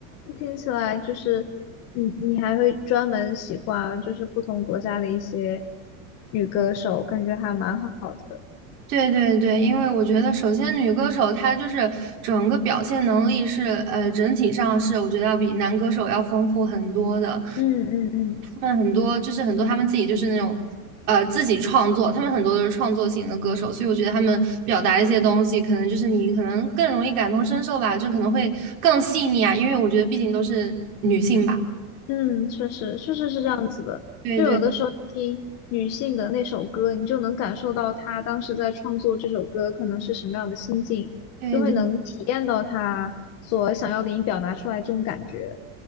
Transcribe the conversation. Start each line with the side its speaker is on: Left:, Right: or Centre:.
Left: 听起来就是你，你还会专门喜欢就是不同国家的一些女歌手，感觉还蛮好。的。
Right: 对对对，因为我觉得，首先女歌手她就是整个表现能力是，呃，整体上是我觉得要比男歌手要丰富很多的。
Left: 嗯嗯
Right: 他们很多就是很多他们自己就是那种，呃，自己创作，他们很多都是创作型的歌手，所以我觉得他们表达的一些东西，可能就是你可能更容易感同身受吧，就可能会更细腻啊，因为我觉得毕竟都是女性吧。
Left: 嗯，嗯，确实，确实是这样子的。
Right: 对对
Left: 就有的时候你听女性的那首歌，你就能感受到她当时在创作这首歌可能是什么样的心境，
Right: 对对
Left: 就会能体验到她所想要给你表达出来这种感觉。